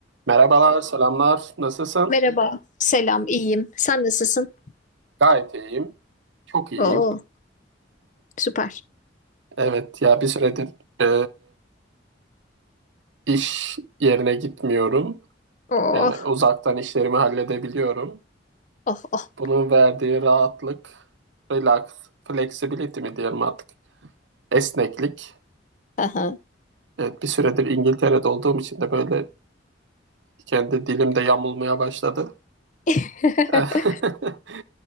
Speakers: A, on the right; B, on the left.
A: Merhabalar, selamlar. Nasılsın?
B: Merhaba. Selam, iyiyim. Sen nasılsın?
A: Gayet iyiyim. Çok iyiyim.
B: Oo, süper.
A: Evet ya bir süredir e, iş yerine gitmiyorum.
B: Oh,
A: Yani uzaktan işlerimi halledebiliyorum.
B: oh, oh.
A: Bunun verdiği rahatlık, relax, flexibility mi diyelim artık, esneklik.
B: Aha.
A: Evet bir süredir İngiltere'de olduğum için de böyle kendi dilimde yamulmaya başladı.
B: <laughs>
A: <laughs>